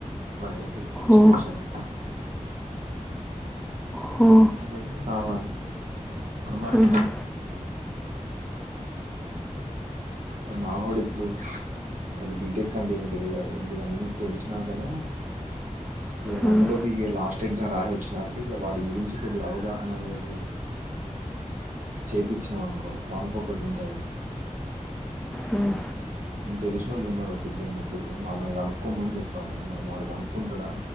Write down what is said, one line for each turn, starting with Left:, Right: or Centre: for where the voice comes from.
Right: మరి ఏంటిది సిచ్యువేషన్
Centre: ఓ ఓ
Right: అనేది కావాలి ఇప్పుడు మరి
Centre: మ్మ్.
Right: ఆ మావోడు ఇప్పుడు అసలు బీటెక్ అంటే ఏంటిది అ ఏంటిది అన్నీ తెలిసినాకనే చేయాలి
Centre: మ్మ్.
Right: అంతలోపు ఇగ లాస్ట్ ఎగ్జామ్ రాసి వచ్చినాక ఇక వాటి గురించి కొద్ది అవగాహన అనేది చేపిచ్చినామనుకో వానికి ఒకటి ఉంటది
Centre: మ్మ్.
Right: తెలిసినోళ్ళు ఉన్నారు ఒక ఇద్దరు ముగ్గురు వాళ్ళని కనుక్కోమని చెప్పాలి మరి వాడు కనుక్కుంటాడా